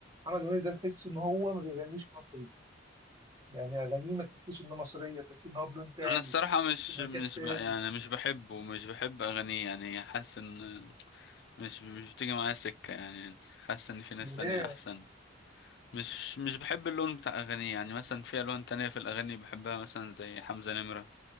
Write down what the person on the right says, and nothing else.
محمد منير ده تحس ان هو ما بيغنيش مصري يعني اغانيه ما تحسش انه مصريه تحس ان هو بلون تاني
في مكان
تاني
ده
ليه